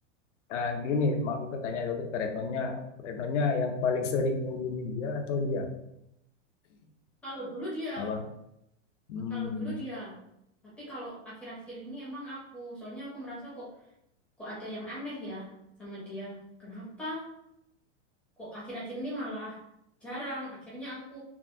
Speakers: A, on the left; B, in the centre.
A: ah gini mak aku tanya juga ke Retnonya Retnonya yang paling sering menghubungin dia atau dia
B: Kalau dulu dia,
A: apa hmm
B: kalau dulu dia. Tapi kalau akhir-akhir ini emang aku, soalnya aku merasa kok kok ada yang aneh ya sama dia. Kenapa? kok akhir-akhir ini malah jarang. Akhirnya aku